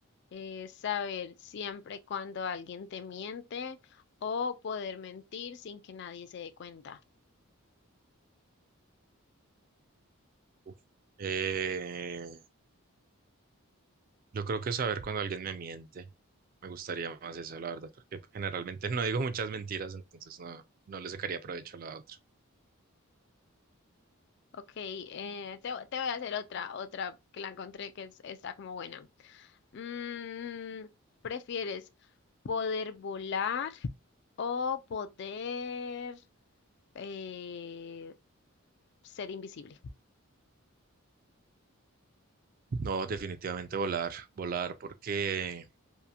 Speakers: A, on the left; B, on the right.
A: eh, saber siempre cuando alguien te miente o poder mentir sin que nadie se dé cuenta?
B: Uf. Eh, yo creo que saber cuando alguien me miente. Me gustaría más esa, la verdad, porque generalmente <laughs> no digo muchas mentiras, entonces no, no le sacaría provecho a la otra.
A: Ok, eh, te, te voy a hacer otra, otra que la encontré que es- está como buena. Mm, ¿prefieres poder volar o poder eh, ser invisible?
B: No, definitivamente volar, volar, porque